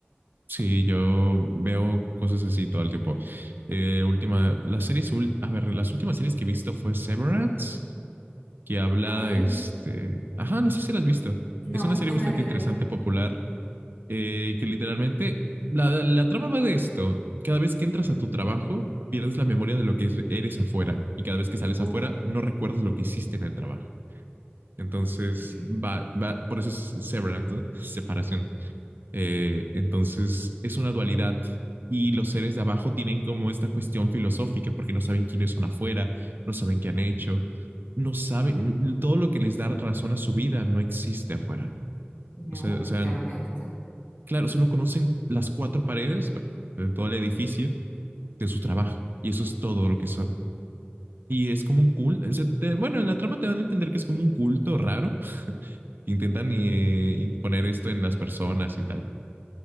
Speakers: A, on the right (about 55°); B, on the left (about 70°).
A: Sí, yo veo cosas así todo el tiempo. Eh, última, las series, ul- a ver, las últimas series que he visto fue Severance, que habla,
B: Ok,
A: este, ajá, no sé si la has visto.
B: no,
A: Es una serie
B: no
A: bastante
B: la vi,
A: interesante,
B: no la vi.
A: popular, eh, que literalmente, la, la, la trama va de esto. Cada vez que entras a tu trabajo, pierdes la memoria de lo que es- eres afuera, y cada vez que sales
B: Uf.
A: afuera, no recuerdas lo que hiciste en el trabajo. Entonces,
B: Bien,
A: va, va, por eso es Severance, ¿no? <laughs> Separación. Eh, entonces es una dualidad y los seres de abajo tienen como esta cuestión filosófica porque no saben quiénes son afuera, no saben qué han hecho, no saben mm, todo lo que les da razón a su vida no existe afuera.
B: me
A: O sea,
B: gusta,
A: o sea
B: me gusta.
A: claro, solo conocen las cuatro paredes, bueno, de todo el edificio, de su trabajo y eso es todo lo que son. Y es como un culto. Bueno, en la trama te dan a entender que es como un culto raro. Intentan eh, imponer esto en las personas y tal.